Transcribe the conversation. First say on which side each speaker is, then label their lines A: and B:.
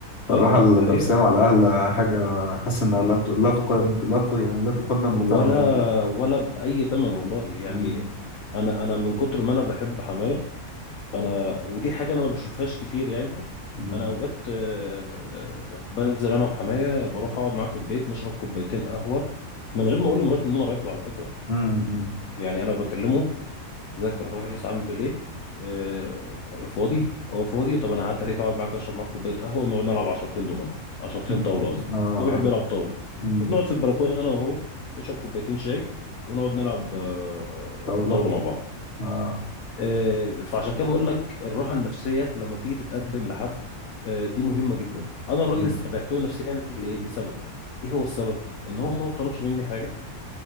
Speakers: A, on the left (about 45°); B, on the left (about 70°).
A: فالراحة
B: ايوه
A: النفسية
B: ده حقيقة
A: مع الأهل آه، حاجة حاسس إنها
B: ال-
A: لا ت- لا تقدم لا ت- يعني لا تقدم
B: ولا
A: بثمن زي ما بيقولوا
B: ولا بأي تمن والله يعني
A: أمم،
B: انا انا من كتر ما انا بحب حماية انا ودي حاجه انا ما بشوفهاش كتير يعني
A: أمم،
B: انا اوقات آه، آه، بنزل انا وحماية بروح اقعد معاه في البيت نشرب كوبايتين قهوه من غير ما اقول لمراتي ان انا رايح له على فكره
A: أمم، أمم.
B: يعني انا بكلمه ازيك يا ريس عامل ايه آه، فاضي اه فاضي طب انا هعدي عليك اقعد معاك اشرب معاك كوبايه قهوه ونقعد نلعب عشرتين دومنه عشرتين
A: <laughs>
B: طاوله قصدي
A: آه
B: هو
A: آه
B: بيحب يلعب طاوله
A: أمم.
B: فبنقعد في البلكونه انا وهو نشرب كوبايتين شاي ونقعد نلعب آه،
A: طاولة
B: طاوله مع بعض
A: اه
B: آه، فعشان كده بقول لك الراحه النفسيه لما بتيجي تتقدم لحد آه، دي مهمه جدا انا الراجل
A: مم.
B: استريحت له نفسيا ل- لسبب ايه هو السبب ان هو ما طلبش مني حاجه